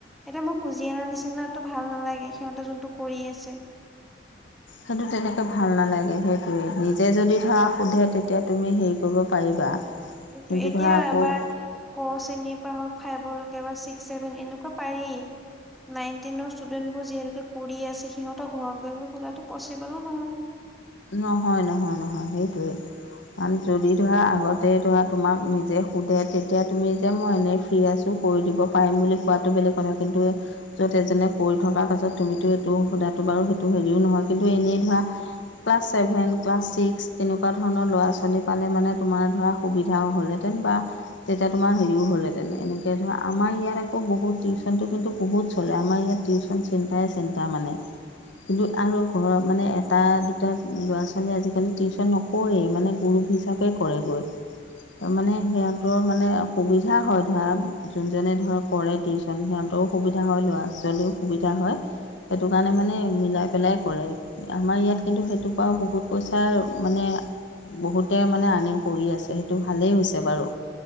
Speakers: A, in the centre; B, on the left.
A: এতিয়া মোক খুজি অনা নিচিনাটো ভাল নালাগে সিহঁতে যোনটো কৰি আছে।
B: সেইটো তেনেকে ভাল নালাগে সেইটোৱে। নিজে যদি ধৰা সোধে তেত তিয়া তুমি হেৰি কৰিব পাৰিবা।
A: কিন্তু এতিয়া
B: ধৰা আকৌ
A: এবাৰ ক, চেনীৰ পৰা হক, ফাইভলেকে বা ছিক্স ছেভেন এনেকুৱা পাৰি। নাইন টেনৰ ষ্টুডেন্ট বোৰ যিহেতু কৰি আছে সিহঁতৰ ঘৰ গৈ মই খুজাটো পচিবলো নহয়।
B: নহয়-নহয়-নহয়, সেইটোৱে। কাৰণ যদি ধৰা আগতে ধৰা তোমাক নিজে সোধে, তেতিয়া তুমি যে মই এনেই ফ্ৰী আছোঁ। কৰি দিব পাৰিম বুলি কোৱাটো বেলেগ কথা, কিন্তু এ য'ত এজনে কৰি থকাৰ পাছত তুমিতো এইটো সোধাটো বাৰু সেইটো হেৰিও নহয়, কিন্তু এনেই ধৰা ক্লাছ ছেভেন, ক্লাছ ছিক্স তেনেকুৱা ধৰণৰ ল'ৰা-ছোৱালী পালে মানে তোমাৰ ধৰা সুবিধাও হ'লহেঁতেন বা তেতিয়া তোমাৰ হেৰিও হ'ল হেতেনে এনেকে ধৰা আমাৰ ইয়াত আকৌ বহুত টিউচনটো কিন্তু বহুত চলে, আমাৰ ইয়াত টিউচন চিন্তাই চিন্তা মানে, কিন্তু আৰু ঘৰত মানে এটা, দু তাত, ল'ৰা-ছোৱালীয়ে আজিকালি টিউচন নকৰেই মানে গুৰুপ হিচাপে কৰে গৈ। মানে সিহঁতৰ মানে সুবিধা হয়, ধৰা যোনজনে ধৰ কৰেটি কণ সিহঁতৰো সুবিধা হয়, ল'ৰা-ছোৱালীও সুবিধা হয়। সেইটো কাৰণে মানে মিলাই পেলাই কৰে। আমাৰ ইয়াত কিন্তু সেইটোৰ পৰাও বহুত পইচাৰ মানে বহুতে মানে আৰ্নিং কৰি আছে, সেইটো ভালেই হৈছে বাৰু।